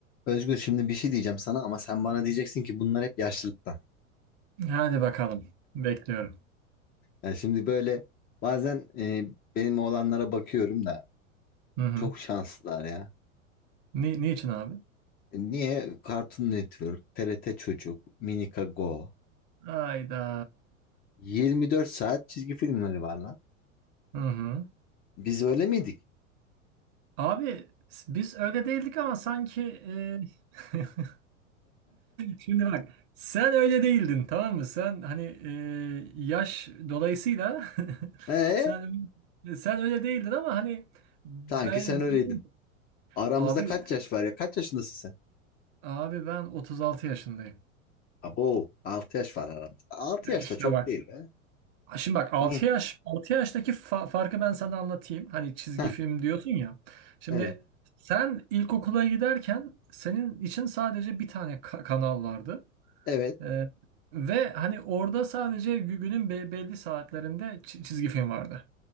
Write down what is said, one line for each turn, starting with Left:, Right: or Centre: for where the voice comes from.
Left: Özgür şimdi bir şey diyeceğim sana ama sen bana diyeceksin ki bunlar hep yaşlılıktan.
Right: Hadi bakalım. Bekliyorum.
Left: Yani şimdi böyle bazen e, benim oğlanlara bakıyorum da
Right: Hı hı.
Left: çok şanslılar ya.
Right: Ni niçin abi?
Left: E, Niye? Cartoon Network, TRT Çocuk, Minika Go.
Right: Hayda.
Left: 24 saat çizgi filmleri var lan.
Right: Hı hı.
Left: Biz öyle miydik?
Right: Abi biz öyle değildik ama sanki e, <laughs> Şimdi bak sen öyle değildin tamam mı? Sen hani e, yaş dolayısıyla <laughs>
Left: Ee,
Right: sen sen öyle değildin ama hani ben
Left: sanki sen öyleydin.
Right: benim
Left: Aramızda
Right: abi
Left: kaç yaş var ya? Kaç yaşındasın sen?
Right: abi ben 36 yaşındayım.
Left: Abo, 6 yaş var aramızda. Altı yaş
Right: E, İşte
Left: da çok
Right: bak.
Left: değil be.
Right: Şimdi bak altı
Left: Niye?
Right: yaş 6 yaştaki fa- farkı ben sana anlatayım. Hani çizgi
Left: Heh,
Right: film diyorsun ya. Şimdi
Left: evet.
Right: sen ilkokula giderken senin için sadece bir tane ka- kanal vardı.
Left: Evet.
Right: Ee, ve hani orada sadece gü- günün be- belli saatlerinde çi- çizgi film vardı.